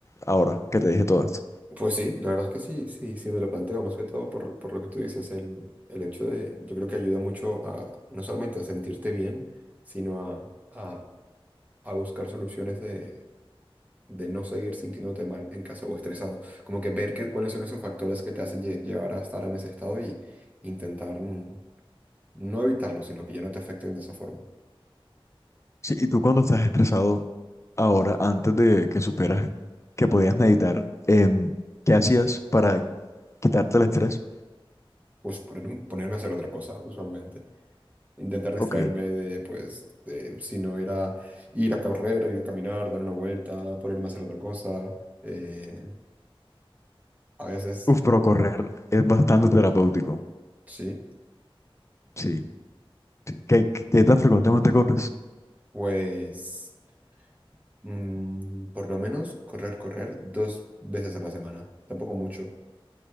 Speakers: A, on the left; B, on the right.
A: ahora que te dije todo esto.
B: Pues sí, la verdad es que sí, sí, sí me lo planteo, más que todo por, por lo que tú dices, el, el hecho de, yo creo que ayuda mucho a, no solamente a sentirte bien, sino a, a, a buscar soluciones de, de no seguir sintiéndote mal en casa o estresado, como que ver que, cuáles son esos factores que te hacen lle- llevar a estar en ese estado y intentar... mm, no evitarlo, sino que ya no te afecten de esa forma.
A: Sí, y tú cuando estás estresado ahora, antes de que supieras que podías meditar, em, ¿qué hacías para quitarte el estrés?
B: Pues poner- ponerme a hacer otra cosa, usualmente. Intentar distraerme
A: Ok.
B: de, pues, de, si no era ir a correr, ir a caminar, dar una vuelta, ponerme a hacer otra cosa. eh, a veces,
A: Uf, pero correr es bastante terapéutico.
B: sí,
A: Sí. sí. ¿Qué, qué tan frecuentemente corres?
B: pues, mm, por lo menos correr, correr dos veces a la semana. Tampoco mucho.